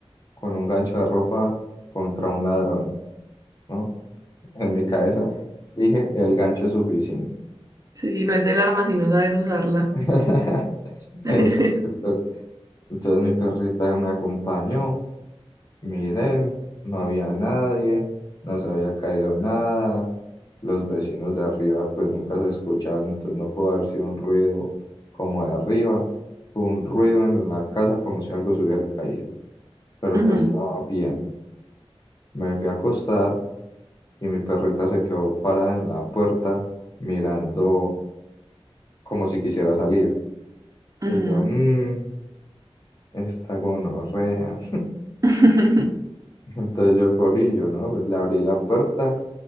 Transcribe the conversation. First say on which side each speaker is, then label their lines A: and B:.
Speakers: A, on the left (about 40°); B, on the right (about 35°).
A: con un gancho de ropa contra un ladrón, ¿no? En mi cabeza dije, el gancho es suficiente.
B: Sí, no es el arma sino saber usarla.
A: <laughs> Exacto.
B: <laughs>
A: Entonces mi perrita me acompañó, miren, no había nadie, no se había caído nada, los vecinos de arriba pues nunca se escuchaban, entonces no pudo haber sido un ruido como de arriba, fue un ruido en la casa como si algo se hubiera caído, pero
B: Ujú,
A: todo estaba bien. Me fui a acostar y mi perrita se quedó parada en la puerta mirando como si quisiera salir.
B: ujú,
A: Y yo, mmm, esta gonorrea.
B: <laughs>
A: Entonces yo cogí, yo no, pues le abrí la puerta